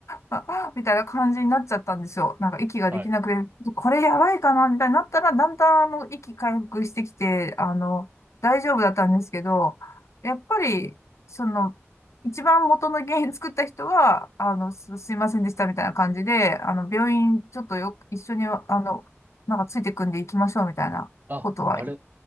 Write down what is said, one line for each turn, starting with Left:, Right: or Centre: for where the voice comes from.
Left: あみたいな感じになっちゃったんですよ。なんか息ができなくて、
Right: はい。
Left: これやばいかなみたいになったら、だんだんあの息回復してきて、あの、大丈夫だったんですけど、やっぱり、その、一番元の原因作った人は、あの、す、すいませんでしたみたいな感じで、あの、病院ちょっとよ、一緒に、あの、なんかついてくんで行きましょうみたいなことは、
Right: あ、あれ、